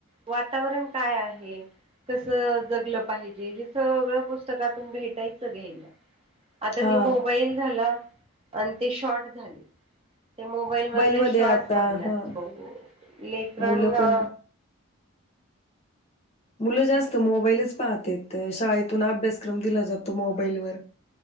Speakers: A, on the right; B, on the left.
A: वातावरण काय आ हे कसं जगलं पाहिजे हे सगळं पुस्तकातून भेटायचं घ्यायला. आता
B: हा
A: ते मोबाईल झाला आणि ते शॉर्ट झाले ते मोबाईल मधले
B: मध्ये
A: शॉर्ट
B: आता
A: बघण्यात
B: हा
A: हो लेकरांना
B: मुलं पण मुलं जास्त मोबाईलच पाहतेत शाळेतून अभ्यासक्रम दिला जातो मोबाईलवर